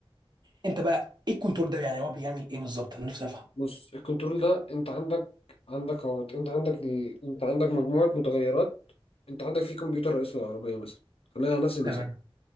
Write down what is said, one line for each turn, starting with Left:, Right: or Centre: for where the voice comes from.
Right: انت بقى ايه الكنترول ده يعني هو بيعمل ايه بالظبط انا نفسي افهم
Left: بص الكنترول ده انت عندك عندك اهوت انت عندك ال... انت عندك مجموعة متغيرات انت عندك في كمبيوتر رئيس العربية مثلا خلينا على نفس المثال
Right: تمام